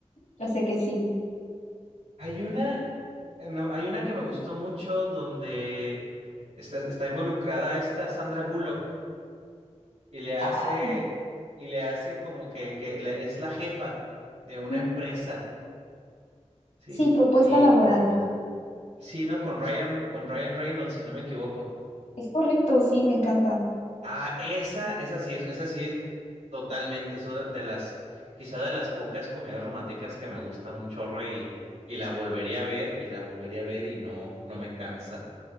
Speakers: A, on the left (about 75°); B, on the right (about 80°).
A: ya sé que sí.
B: Hay una, eh, no, hay una que me gustó mucho donde está, está involucrada esta Sandra Bullock y le hace,
A: Ah,
B: y le hace como que, que le- es la jefa de una
A: mm,
B: empresa, ¿sí?
A: sí, propuesta
B: Y
A: laboral.
B: sí, no, con Ryan, con Ryan Reynolds, si no me equivoco.
A: Es correcto, sí, me encanta.
B: Ah, esa, esa sí, es- esa sí, totalmente. Es una de las, quizá de las pocas comedias románticas que me gustan un chorro y, y la volvería a ver y la volvería a ver y no, no me cansa.